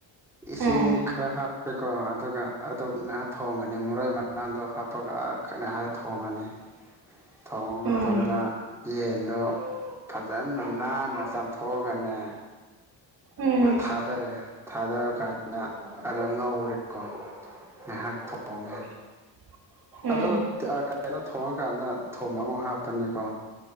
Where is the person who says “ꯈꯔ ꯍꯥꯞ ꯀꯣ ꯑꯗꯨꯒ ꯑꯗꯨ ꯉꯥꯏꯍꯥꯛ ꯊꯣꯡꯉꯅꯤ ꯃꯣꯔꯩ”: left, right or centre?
Centre